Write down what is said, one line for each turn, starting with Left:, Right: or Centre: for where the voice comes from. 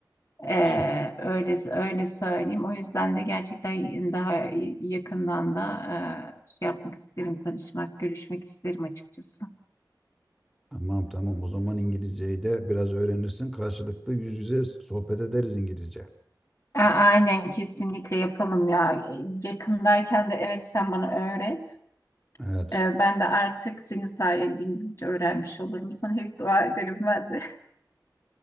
Left: E,
Centre: şey,
Left: öyle öyle söyleyeyim. O yüzden de gerçekten daha yakından da e, şey yapmak isterim, tanışmak, görüşmek isterim açıkçası.
Centre: Tamam tamam o zaman İngilizceyi de biraz öğrenirsin. Karşılıklı yüz yüze sohbet ederiz İngilizce.
Left: A- Aynen kesinlikle yapalım ya. Yakındayken de evet sen bana öğret.
Centre: Evet.
Left: Ee, ben de artık senin sayende İngilizce öğrenmiş olurum. Sana hep dua ederim ben de.